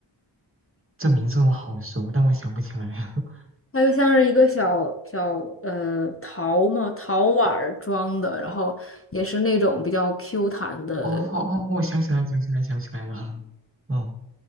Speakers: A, on the right; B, on the left.
A: 这名字我好熟，但我想不起来。<laughs>
B: 它就像是一个小小呃陶嘛，陶碗儿装的，然后也是那种比较 Q 弹的，
A: 哦哦，哦我想起来，想起来，想起来了。嗯，